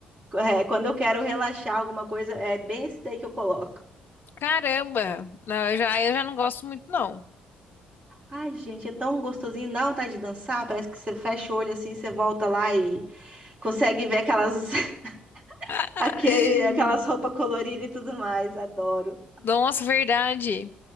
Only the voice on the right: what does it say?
é, quando eu quero relaxar alguma coisa, é bem esse daí que eu coloco.
Ai, gente, é tão gostosinho, dá vontade de dançar. Parece que você fecha o olho assim, você volta lá e consegue ver aquelas, <laughs>
aquele, aquelas roupas coloridas e tudo mais. Adoro.